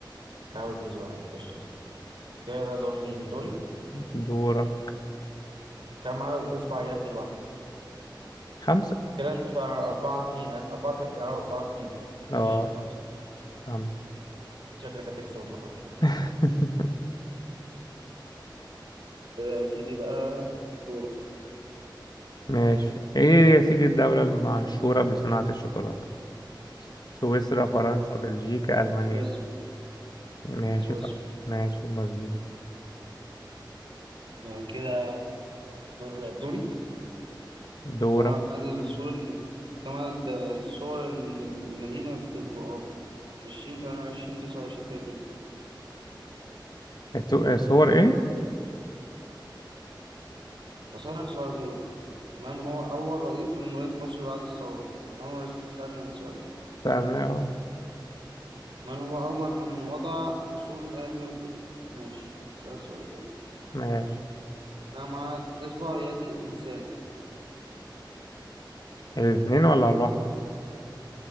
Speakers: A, on the right; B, on the left.
A: كعب بن زهير قشطة كده ده دور مين دوري
B: دورك
A: كام عدد اصبع يد الواحدة
B: خمسة
A: كده انت أربعة اتنين ها؟ أربعة اه أربعة اتنين ماشي
B: اه
A: خمسة
B: خمسة
A: شكلك هتكسب المرة دي
B: <laughs>
A: كده يا سيدي بقى دورك
B: ماشي ايه يا سيدي الدولة المشهورة بصناعة الشوكولاتة سويسرا فرنسا
A: آه،
B: بلجيكا
A: آه،
B: ألمانيا
A: سويسرا
B: ماشي
A: سويسرا
B: صح ماشي مظبوط
A: آه، كده دور دوري
B: دورك
A: كم عدد السور الم... كم عدد سور الم- المدينة في القرآن عشرين تمانية وعشرين تسعة وعشرين تلاتين
B: سو- صور ايه؟
A: أسألك سؤال غيره من هو أول رئيس لجمهورية مصر بعد الثورة؟ أنور سألنا السؤال ده
B: سألنا اه
A: من هو أول من وضع أصول علم الج... ماشي أسألك سؤال كده
B: ماشي
A: جمع إصبع يد الإنسان
B: الاثنين ولا الواحدة